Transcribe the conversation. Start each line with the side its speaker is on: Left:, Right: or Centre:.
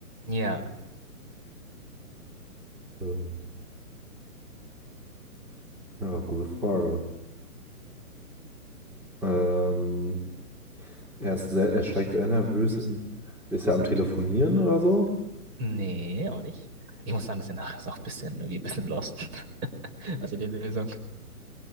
Right: ja,
Centre: Ähm, Ja, gute Frage. Ähm, er ist sehr, er steigt sehr nervös in. Ist er am Telefonieren oder so?
Right: nee, auch nicht. Ich muss sagen, das nachher ist auch ein bisschen, irgendwie ein bisschen lost. <laughs> Also die Lösung.